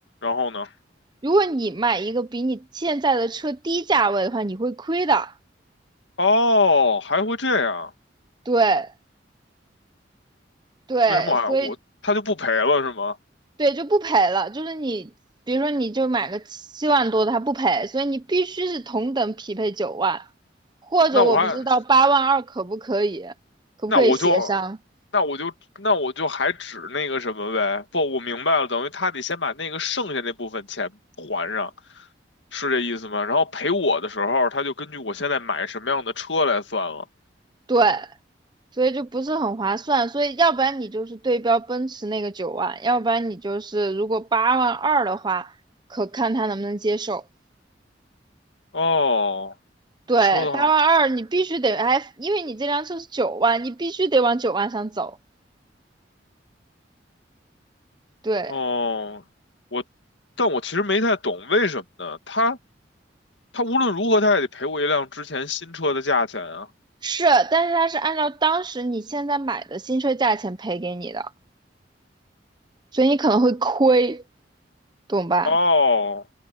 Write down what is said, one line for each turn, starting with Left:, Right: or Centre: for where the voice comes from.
Left: 然后呢？
Right: 如果你买一个比你现在的车低价位的话，你会亏的，
Left: 哦，还会这样？
Right: 对。对，
Left: 为什么还我他就不赔了是吗？
Right: 所以对，就不赔了。就是你，比如说你就买个七万多的，它不赔，所以你必须是同等匹配九万，或者我不知道八万二可不可以，
Left: 那我还
Right: 可不可以协商？
Left: 那我就那我就那我就还指那个什么呗？不，我明白了，等于他得先把那个剩下那部分钱还上，是这意思吗？然后赔我的时候，他就根据我现在买什么样的车来算了。
Right: 对，所以就不是很划算。所以要不然你就是对标奔驰那个九万，要不然你就是如果八万二的话，可看他能不能接受。
Left: 哦，
Right: 对，
Left: 说的
Right: 八万二你必须得，哎，因为你这辆车是九万，你必须得往九万上走。对。
Left: 哦，我，但我其实没太懂为什么呢？他他无论如何他也得赔我一辆之前新车的价钱啊。
Right: 是，但是他是按照当时你现在买的新车价钱赔给你的，所以你可能会亏，懂吧？
Left: 哦，